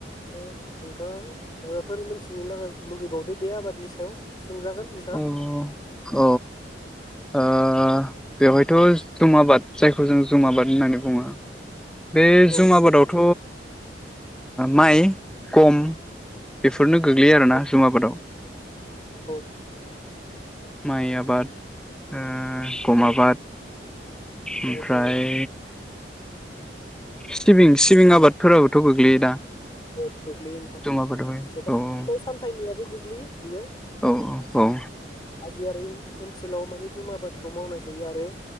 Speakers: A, on the left (about 25°); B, in the centre.
A: नोंथांङा माबाफोर मोन्थिनो लागा लुगैबावदो बे आबादनि सायाव? सोंजागोन नोंथाङा
B: अ औ। ओ बेवहायथ जुम आबाद जायखौ जों जुम आबाद होन्नानै बुङो बे
A: औ
B: जुम आबादावथ माइ खम बेफोरनो गोग्लैयो आरोना
A: औ
B: जुम आबादाव।
A: औ
B: माइ आबाद ओ ओ गम
A: औ
B: आबाद ओमफ्राय
A: औ नंगौ
B: सिबिं सिबिं आबादफोराबोथ गोग्लैयो। दा
A: औ गोग्लैयो नोंथां
B: जुम आबादावहाय
A: गोबां
B: औ
A: फिथाय सामथायनि बो गोग्लैयो बेयाव
B: औ औ
A: हाजोआरि ओन्स न्सोलाव माने जुम आबादखौ मावनाय जायो आरो